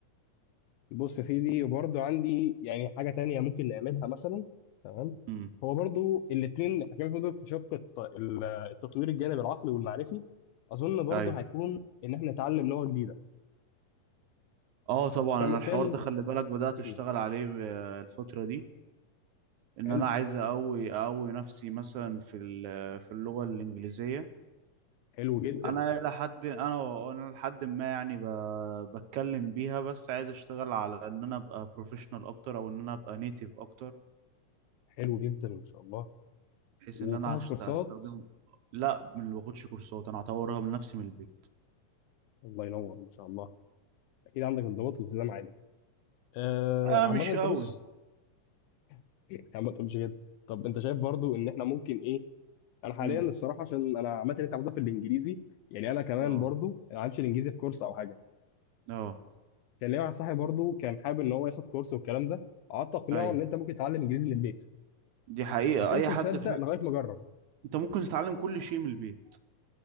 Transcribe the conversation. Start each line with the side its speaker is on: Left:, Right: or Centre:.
Left: بص يا سيدي برضه عندي يعني حاجة تانية ممكن نعملها مثلا تمام
Right: امم
Left: هو برضه الاتنين حاجات دول في شق الت- ال- التطوير الجانب العقلي والمعرفي أظن برضه
Right: ايوه
Left: هيكون إن إحنا نتعلم لغة جديدة
Right: اه طبعا
Left: كمثال
Right: انا الحوار ده خلي بالك بدأت
Left: مم.
Right: اشتغل عليه آه، الفترة دي ان
Left: حلو
Right: انا عايز اقوي اقوي نفسي مثلا في ال- في اللغة الانجليزية
Left: حلو جدا
Right: انا لحد انا انا لحد ما يعني ب- بتكلم بيها بس عايز اشتغل على ان انا ابقى بروفيشنال اكتر او ان انا ابقى نيتيف اكتر
Left: حلو جدا ما شاء الله
Right: بحيث
Left: وبتاخد
Right: ان انا هشت-
Left: كورسات
Right: استخدم لا ما باخدش كورسات انا هطورها من نفسي من البيت
Left: الله ينور ما شاء الله أكيد عندك انضباط والتزام عالي آه
Right: اه
Left: عامة
Right: مش
Left: أنت
Right: قوي
Left: بص <laughs> يا عم ما تقولش كده طب أنت شايف برضه إن إحنا ممكن إيه انا حاليا
Right: امم
Left: الصراحه عشان انا عامه اللي انت عملتها في الانجليزي يعني انا كمان
Right: اه
Left: برضو ما عملتش الانجليزي في كورس او حاجه
Right: اه
Left: كان ليا واحد صاحبي برضو كان حابب ان هو ياخد كورس والكلام ده قعدت اقنعه
Right: ايوه
Left: ان انت ممكن تتعلم انجليزي من البيت
Right: دي حقيقة
Left: ما كانش
Right: اي حد
Left: مصدق
Right: في...
Left: لغايه ما جرب
Right: انت ممكن تتعلم كل شيء من البيت